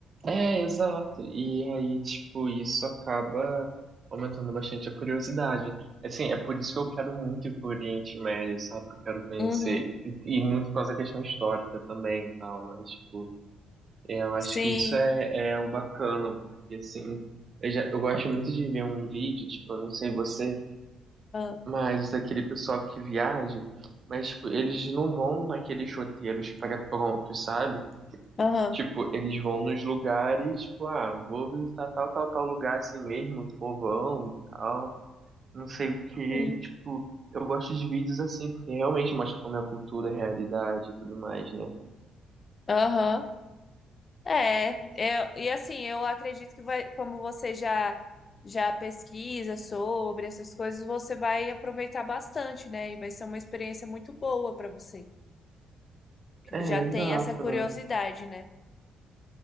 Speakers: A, on the right; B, on the left.
A: é, exato. E aí, tipo, isso acaba aumentando bastante a curiosidade. Assim, é por isso que eu quero muito ir pro Oriente Médio, sabe? Porque eu quero conhecer.
B: Uhum.
A: E muito por causa da questão histórica também e tal, mas, tipo, é, eu acho
B: Sim.
A: que isso é, é o bacana, porque, assim, eu já, eu gosto muito de ver um vídeo, tipo, eu não sei você.
B: Ah,
A: Mas daquele pessoal que viaja, mas tipo, eles não vão naqueles roteiros pré-prontos, sabe?
B: Aham.
A: Tipo, eles vão nos lugares, tipo, ah, vou visitar tal, tal, tal lugar assim mesmo, povão, e tal, não sei o quê.
B: Sim.
A: Tipo, eu gosto de vídeos assim, porque realmente mostra como é a cultura, a realidade e tudo mais, né?
B: Aham. É, eu- e assim, eu acredito que vai, como você já já pesquisa sobre essas coisas, você vai aproveitar bastante, né? E vai ser uma experiência muito boa para você, que
A: É,
B: já tem
A: exato,
B: essa curiosidade,
A: né?
B: né?